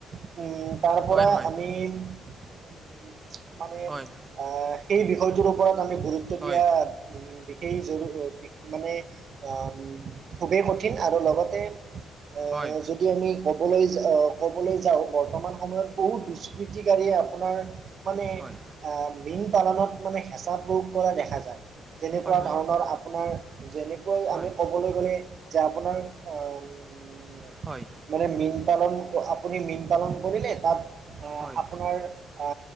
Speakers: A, on the right; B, on the right.
A: উ তাৰ পৰা
B: হয়
A: আমি উ মানে
B: হয়
A: আ সেই বিষয়টোৰ ওপৰত আমি গুৰুত্ব
B: হয়
A: দিয়া উম দেখ সেই জৰু বি মানে আম খুবেই কঠিন আৰু লগতে অ
B: হয়
A: যো দি আমি ক'বলৈ যা আ ক'বলৈ যাওঁ বৰ্তমান সময়ত বহুত দুষ্কৃতিকাৰীয়ে আপোনাৰ মানে
B: হয়
A: আ মীন পালনত মানে হেঁচা প্ৰয়োগ কৰা দেখা যায়।
B: হয়
A: তেনেকুৱা ধৰণৰ আপোনাৰ যেনে কৈ
B: হয়
A: আমি ক'বলৈ গ'লে যে আপোনাৰ অ ওম
B: হয়
A: মানে মীন পালন আপুনি মীন পালন কৰিলে তাত আ
B: হয়
A: আপোনাৰ আ